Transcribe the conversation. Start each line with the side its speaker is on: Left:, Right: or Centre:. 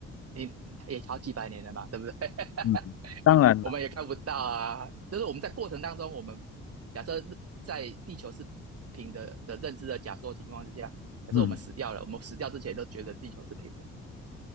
Right: 你也好几百年了嘛，对不对？
Left: 嗯，
Right: <laughs>
Left: 当然了，
Right: 嗯我们也看不到啊。就是我们在过程当中，我们假设在地球是平的的认知的假说情况之下，假设我们死掉了，
Left: 嗯
Right: 我们死掉之前都觉得地球是平的。